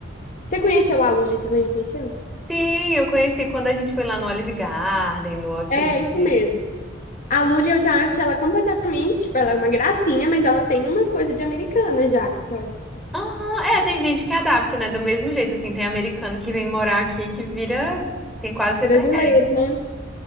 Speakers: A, on the left (about 45°); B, in the centre.
A: Você conheceu a Lully também, não conheceu?
B: sim, eu conheci quando a gente foi lá no Olive Garden, no Outlet.
A: É, isso mesmo. A Lully eu já acho ela completamente. Tipo, ela é uma gracinha, mas ela tem umas coisas de americana já. que Você olha, só.
B: Aham, é, tem gente que adapta, né? Do mesmo jeito, assim, tem americano que vem morar aqui que vira, tem quase CPF.
A: brasileiro, né?